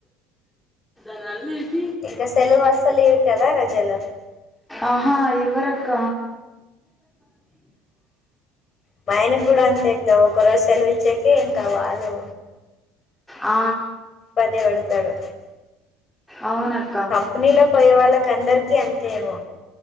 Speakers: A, in the centre; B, on the left (about 35°).
A: ఇవన్నీ <inaudible>
B: ఇంకా సెలవు అస్సలు ఇవ్వు కదా ప్రజలు
A: ఆహా ఇవ్వరు అక్క
B: మా ఆయన కూడా అంతే ఇత్తే ఒకరోజు సెలవిచ్చేకి ఇంకా వాళ్ళు
A: ఆ
B: ఇబ్బంది పెడతారు
A: అవున అ
B: కంపెనీలో పోయే వాళ్ళకి అందరికీ అంతేమో